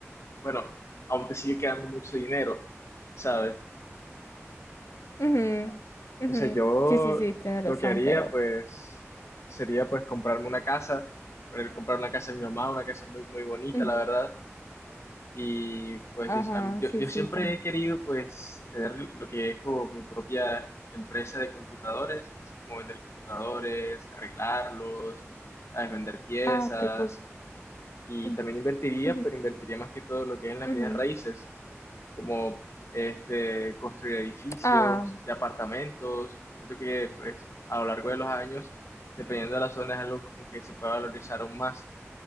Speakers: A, on the left; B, on the left.
A: bueno, aún te sigue quedando mucho dinero, ¿sabes?
B: ujú, ujú.
A: O sea, yo
B: Sí, sí, sí, tienes
A: lo
B: razón,
A: que haría,
B: pero...
A: pues, sería, pues, comprarme una casa, eh, comprar una casa de mi mamá, una casa muy, muy bonita,
B: ujú,
A: la verdad. Y, pues,
B: Ajá,
A: yo, a mí- yo,
B: sí,
A: yo
B: sí,
A: siempre
B: también.
A: he querido, pues, tener lo que es como mi propia empresa de computadores, es decir, como vender computadores, arreglarlos, ¿sabes? Vender piezas.
B: Ah, qué cool.
A: Y
B: Mm,
A: también invertiría,
B: ujú,
A: pero invertiría más que todo lo que es en las
B: ujú.
A: bienes raíces. como este, construir edificios
B: Ah,
A: de apartamentos. Siento que pues a lo largo de los años, dependiendo de la zona, es algo como que se puede valorizar aún más,